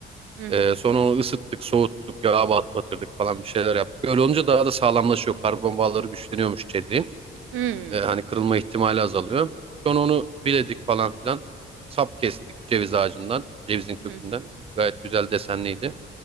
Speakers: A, on the right; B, on the right.
A: Hı hı.
B: Ee, sonra onu ısıttık, soğuttuk, yağa bat- batırdık falan bir şeyler yaptık. Öyle olunca daha da sağlamlaşıyor. Karbon bağları güçleniyormuş çeliğin.
A: Hmm.
B: Ee, hani kırılma ihtimali azalıyor. Sonra onu biledik falan filan. Sap kestik ceviz ağacından, cevizin kökünden.
A: Hı hı.
B: Gayet güzel desenliydi.